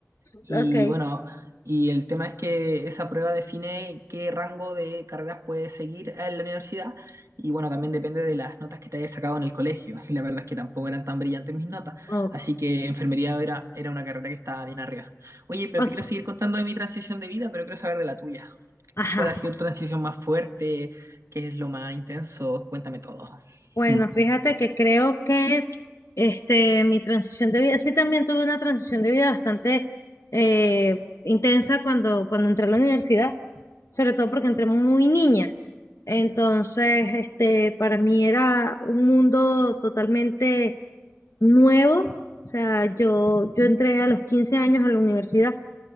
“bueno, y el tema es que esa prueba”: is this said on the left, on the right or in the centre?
Right